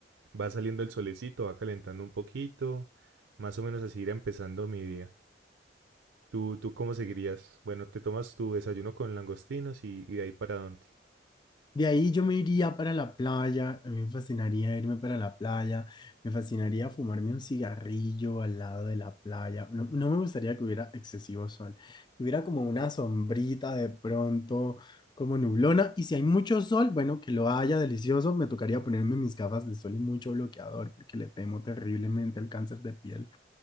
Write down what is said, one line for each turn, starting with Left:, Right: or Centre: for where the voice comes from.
Right: va saliendo el solecito, va calentando un poquito, más o menos así irá empezando mi día. ¿Tú, tú cómo seguirías? Bueno, te tomas tu desayuno con langostinos y, y de ahí para dónde.
Left: De ahí yo me iría para la playa, a mí me fascinaría irme para la playa, me fascinaría fumarme un cigarrillo al lado de la playa. No, no me gustaría que hubiera excesivo sol, que hubiera como una sombrita de pronto, como nublona, y si hay mucho sol, bueno, que lo haya delicioso, me tocaría ponerme mis gafas de sol y mucho bloqueador, porque le temo terriblemente al cáncer de piel.